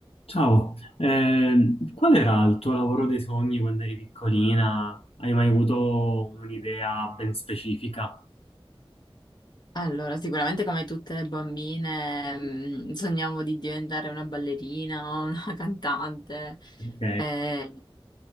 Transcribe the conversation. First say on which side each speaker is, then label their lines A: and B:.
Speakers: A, on the left; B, on the left.
A: Ciao, eh, qual era il tuo lavoro dei sogni quando eri piccolina? Hai mai avuto un'idea ben specifica?
B: Allora, sicuramente come tutte le bambine, mm, sogniamo di diventare una ballerina, o una <laughs> cantante.
A: Ok,
B: Eh,